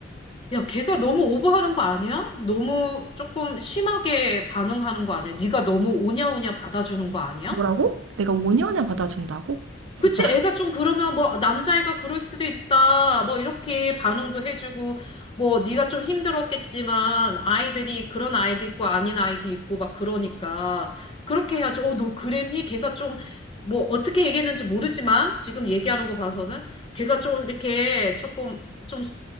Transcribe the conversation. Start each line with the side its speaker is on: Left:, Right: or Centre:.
Left: 야, 걔가 너무 오버하는 거 아니야? 너무 조금 심하게 반응하는 거 아니야? 네가 너무 오냐오냐 받아주는 거 아니야?
Right: 뭐라고? 내가 5년에 받아준다고? 진짜
Left: 그치, 애가 좀 그러면 뭐 남자애가 그럴 수도 있다. 뭐 이렇게 반응도 해주고 뭐 네가 좀 힘들었겠지만 아이들이 그런 아이도 있고 아닌 아이도 있고 막 그러니까 그렇게 해야지. 어, 너 그랬니? 걔가 좀 뭐 어떻게 얘기했는지 모르지만 지금 얘기하는 거 봐서는 걔가 좀 이렇게 조금 좀